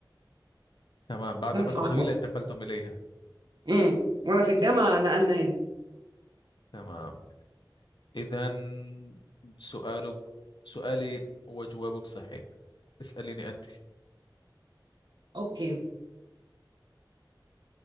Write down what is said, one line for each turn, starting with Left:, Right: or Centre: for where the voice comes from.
Left: تمام بعد
Right: وانا
Left: فترة
Right: في الجامعة
Left: طويلة انتقلتم إليها
Right: امم وانا في الجامعة نقلنا هنا
Left: تمام إذا سؤالك سؤالي وجوابك صحيح اسأليني أنت
Right: اوكي